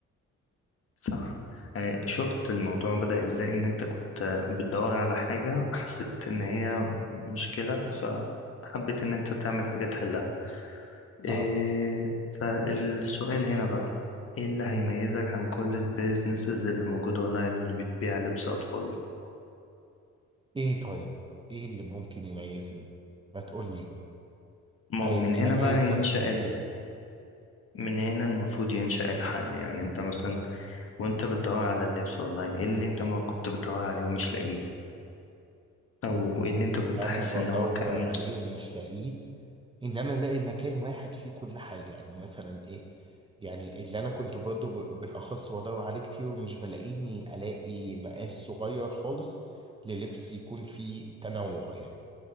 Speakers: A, on the left (about 50°); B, on the right (about 15°).
A: صح آه، شفت الموضوع بدأ إزاي إن أنت كنت آه، بتدور على حاجة حسيت إن هي مشكلة فحبيت إن أنت تعمل حاجة تحلها إيه
B: اه
A: فالسؤال هنا بقى إيه اللي هيميزك عن كل البيزنسز اللي موجودة أونلاين اللي بتبيع لبس أطفال؟
B: ايه طيب ايه اللي ممكن يميزني ما تقول لي
A: ما
B: آه،
A: هو
B: يعني
A: من هنا
B: اميز
A: بقى ينشأ
B: نفسي ازاي
A: من هنا المفروض ينشأ الحل يعني انت مثلا وانت بتدور على اللبس اونلاين ايه اللي انت ما كنت بتدور عليه ومش لاقيه او ايه اللي انت
B: اللي
A: كنت حاسس
B: انا بدور
A: ان هو كان
B: عليه ومش لاقيه ان انا الاقي مكان واحد فيه كل حاجه يعني مثلا ايه يعني اللي انا كنت برضو ب- بالاخص بدور عليه كتير ومش بلاقيه اني الاقي مقاس صغير خالص للبس يكون فيه تنوع يعني